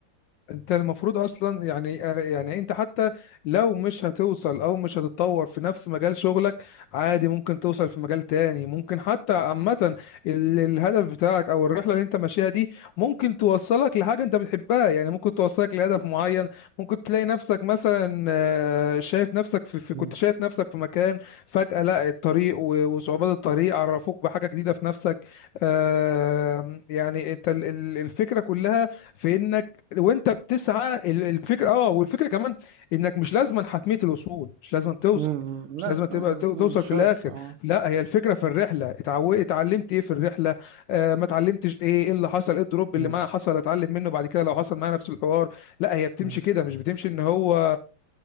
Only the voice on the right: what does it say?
امم
امم
لا
صحيح.
مم،
مش
شرط
اه
امم
امم